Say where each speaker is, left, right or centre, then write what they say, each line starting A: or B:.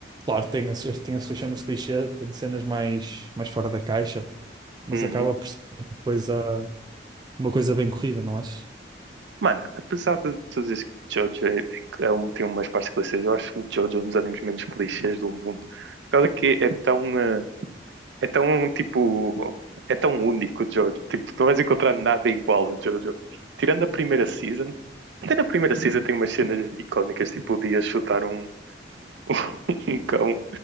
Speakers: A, on the right; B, on the right.
A: Claro, tem as, suas- tem as suas cenas clichê, tem cenas mais, mais fora da caixa, mas
B: Uhum.
A: acaba por ser uma coisa, uma coisa bem corrida, não achas?
B: Mano, apesar de tu dizeres que Jojo é, é, é um, tem umas partes clichês, eu acho que o Jojo é um dos animes menos clichês do mundo. Por causa que é tão, eh, é tão tipo, é tão único o Jojo. Tipo, tu não vais encontrar nada igual a Jojo. Tirando a primeira season, até na primeira season tem umas cenas icónicas, tipo o Dia chutar um, <laughs> um cão